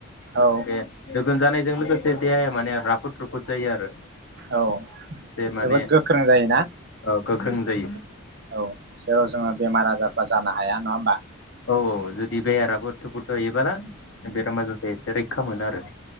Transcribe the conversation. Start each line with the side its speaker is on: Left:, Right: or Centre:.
Right: औ
Left: बे द गोनजानाय बेजों लोगोसे देहाया माने राफोद रुफोद जायो आरो।
Right: औ
Left: एसे माने
Right: जोबोद गोख्रों जायोना।
Left: ओ गोख्रों जायो।
Right: औ जेराव जोङो बेमार आजारफ्रा जानो हा हाया नङा होमबा।
Left: औ औ जुदि बेहाराबो थुफु थ हैयोबला बेराम आजारस एसे रैखा मोनो आरो।